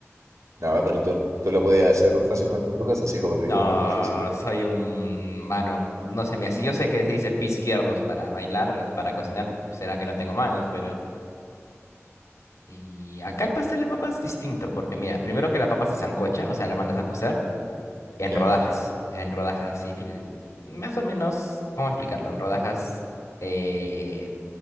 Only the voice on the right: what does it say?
No, pero tú, tú lo podías hacer fácilmente en tu casa, así como te
digo, no es difícil. ¿eh?
Ya,